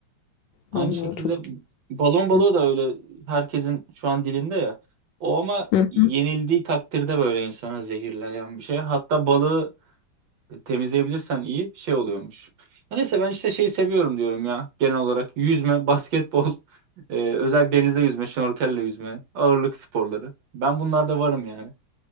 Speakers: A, on the right; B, on the left.
A: Aynı
B: Vallahi
A: şekilde
B: çok.
A: balon balığı
B: güzel.
A: da öyle herkesin şu an dilinde ya. O ama
B: Hı.
A: yenildiği takdirde böyle insanı zehirleyen bir şey. Hatta balığı temizleyebilirsen iyi şey oluyormuş. Ya neyse ben işte şeyi seviyorum diyorum ya genel olarak yüzme, basketbol, <laughs> e, özel denizde yüzme, şnorkelle yüzme, ağırlık sporları. Ben bunlarda varım yani.